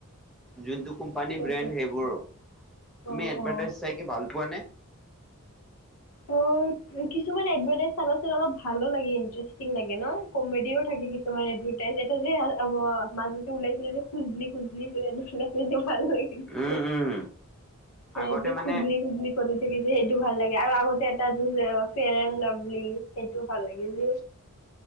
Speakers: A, in the centre; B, on the left.
A: যোনটো কোম্পানী
B: পইচা।
A: ব্ৰেণ্ড সেইবোৰ। তুমি
B: অ',
A: এডভাৰটাইজ
B: অ'।
A: চাই কি ভাল পোৱা নে?
B: অ কিছুমান এডভাৰটাইজ চাবচোন অলপ ভালো লাগে ইণ্টাৰেষ্টিং লাগে ন? কমেডিও থাকে কিছুমান এডভাৰটাইজ এটা যে মাজতে ওলাইছিলে যে - খুজলি খুজলি কৰে নিচিনাকে ভাল লাগে মোৰ।
A: উম উম
B: সেই
A: আগতে
B: যে
A: মানে
B: খুজলি খুজলি কৰি থাকে যে সেইটো ভাল লাগে আৰু আগত - এটা সেই যে আছে ফেয়াৰ এণ্ড লাভলি সেইটো ভাল লাগিছিল।